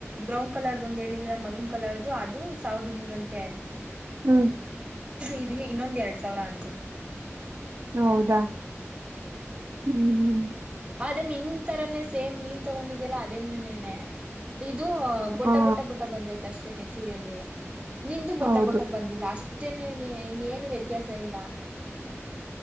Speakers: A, on the right; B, on the right.
A: ಬ್ರೌನ್ ಕಲರ್ದು ಒಂದು ಹೇಳಿದಿಲ್ಲ ಮರೂನ್ ಕಲದ್ರು ಅದು ಸಾವಿರದ ಇನ್ನೂರಂತೆ
B: ಹ್ಮ
A: ಇದ ಇನ್ನೊಂದ ಎರಡ್ ಸಾವಿರ ಅಂತೆ
B: ಹೌದಾ ಹ್ಮ್ ಹ್ಮ್
A: ಅದೇ ನಿನ್ ತರನೇ ಸೇಮ್ ನೀನ್ ತಗೊಂಡಿದೀಲ್ಲ ಅದೇೇನೆ ಇದು ಬೊಟ
B: ಹಾ
A: ಬುಟ್ಟ ಬುಟ್ಟ ಬಂದೈತ ಅಷ್ಟೇನೆ ಸೀರೆೆಯಲ್ಲಿ ನಿಂದು ಬೊಟ
B: ಹೌದು
A: ಬೊಟ ಬಂದಿಲ್ಲ ಅಷ್ಟ ಇ ಏನು ವ್ಯತ್ಯಾಸ ಇಲ್ಲ